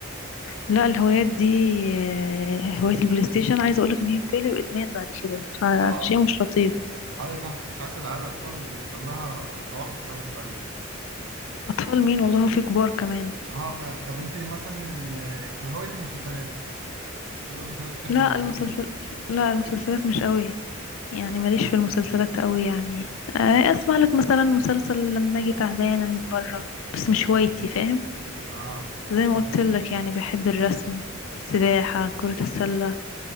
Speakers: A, on the left (about 70°); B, on the right (about 65°).
A: لا الهوايات دي آه، هواية البلاي ستيشن عايزة أقولك إن هي بتقلب إدمان بعد كده فشيء
B: اه
A: مش لطيف
B: ايوه صح في ساعات العيال الاطفال بيحصل لها توحد بسبب الحوار ده
A: أطفال مين والله في كبار كمان
B: اه فعلا طب انت مثلا ال... طب هوايه المسلسلات في في برضه في ناس بتحب
A: لا
B: هو...
A: المسلسل لا المسلسلات مش قوي يعني ماليش في المسلسلات قوي يعني آه، أسمع لك مثلا مسلسل لما أجي تعبانة من برا بس مش هوايتي فاهم
B: اه
A: زي ما
B: طب
A: قلت لك يعني بحب الرسم السباحة كرة السلة